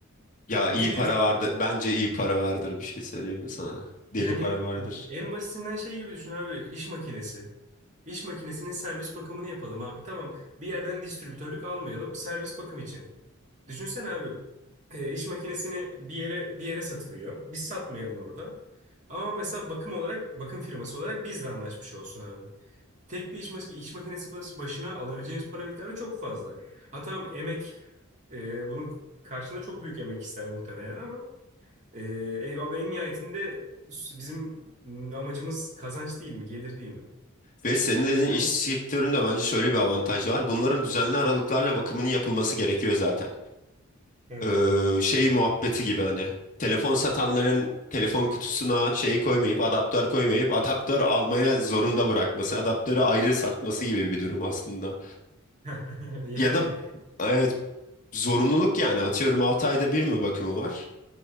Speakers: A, on the left (about 35°); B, on the right (about 35°).
A: Ya iyi
B: Ne
A: para
B: diyorsun?
A: vardı. Bence iyi para vardır bir şey söyleyeyim mi sana? Deli
B: Yani
A: para vardır.
B: en basitinden şey gibi düşün abi iş makinesi. İş makinesinin servis bakımını yapalım abi. Tamam. Bir yerden distribütörlük almayalım. Servis bakım için. Düşünsene abi e, iş makinesini bir yere bir yere satılıyor. Biz satmayalım onu da. Ama mesela bakım olarak bakım firması olarak bizle anlaşmış olsun abi. Tek bir iş, mas- iş makinesi bas- başına alabileceğiniz para miktarı çok fazla. Ha tamam emek e, bunun karşılığında çok büyük emek ister muhtemelen ama e, e, abi en nihayetinde s- bizim amacımız kazanç değil mi? Gelir değil mi?
A: Ve senin dediğin iş
B: Sanki.
A: sektöründe bence şöyle bir avantaj var. Bunların düzenli aralıklarla bakımının yapılması gerekiyor zaten.
B: Evet.
A: e, şey muhabbeti gibi hani telefon satanların telefon kutusuna şey koymayıp adaptör koymayıp adaptör almaya zorunda bırakması, adaptörü ayrı satması gibi bir durum aslında.
B: <laughs>
A: Ya
B: Yani
A: da evet zorunluluk yani atıyorum 6 ayda bir mi bakımı var?